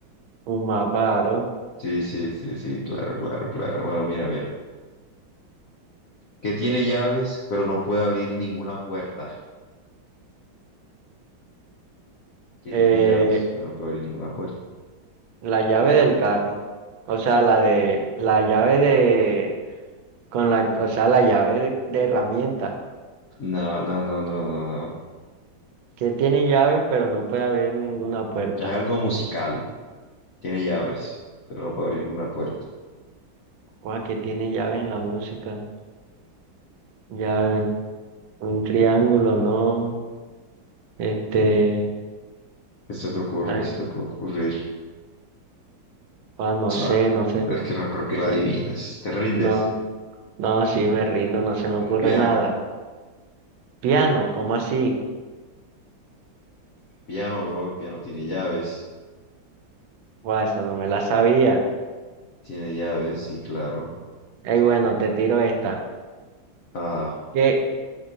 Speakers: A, on the right; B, on the left.
A: Un mapa, aro.
B: sí, sí, sí, sí, claro, claro, claro. Bueno, mira, mira. Que tiene llaves, pero no puede abrir ninguna puerta. que
A: Eh,
B: tiene llaves, pero no puede abrir ninguna puerta.
A: la llave del carro. O sea, la de, la llave de, con la, o sea, la llave de, de herramienta.
B: No, no, no, no, no, no.
A: Que tiene llaves, pero no puede abrir ninguna puerta.
B: Es algo musical, tiene llaves, pero no puede abrir ninguna puerta.
A: Guau, que tiene llaves en la música. Llave. Un triángulo, no. Este,
B: ¿Qué se te ocurre?
A: ay,
B: ¿Qué se te puede ocurrir?
A: guau, no
B: Ah,
A: sé, no sé,
B: es que no creo
A: no
B: que la
A: sé.
B: adivines. Te rindes.
A: No, no, no, sí, me rindo, no se me
B: Un
A: ocurre
B: piano.
A: nada. Piano, ¿cómo así?
B: Piano, bro, el piano tiene llaves.
A: Guau, esa no me la sabía.
B: Tiene llaves, sí, claro.
A: Ey, bueno, te tiro esta.
B: Ajá,
A: que,